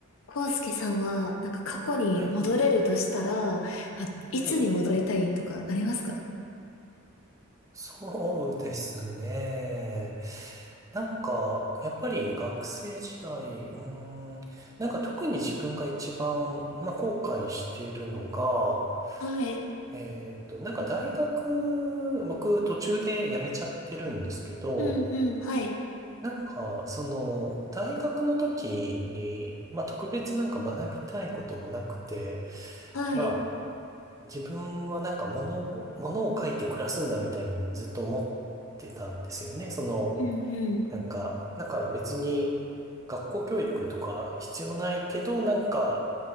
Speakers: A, on the left; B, on the right.
A: コウスケさんは、なんか過去に戻れるとしたら、
B: はい、
A: あ、いつに戻りたいとかありますか
B: はい。そうですね。なんか、やっぱり学生時代、うーん、なんか特に自分が一番、まあ、後悔しているのが、
A: はい。
B: えっと、なんか大学、僕途中で辞めちゃってるんですけど、
A: うんうん。はい。
B: なんか、その、大学の時に、まあ、特別なんか学びたいこともなくて、
A: はい。
B: まあ、自分はなんか物を、物を書いて暮らすんだみたいにずっと思ってたんですよね。その、
A: うんうん。
B: なんか、だから別に学校教育とか必要ないけど、なんか、